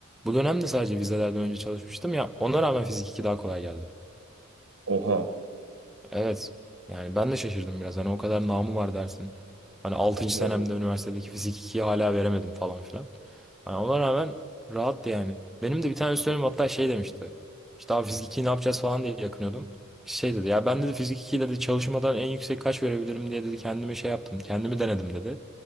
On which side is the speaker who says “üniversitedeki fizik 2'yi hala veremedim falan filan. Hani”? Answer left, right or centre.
Centre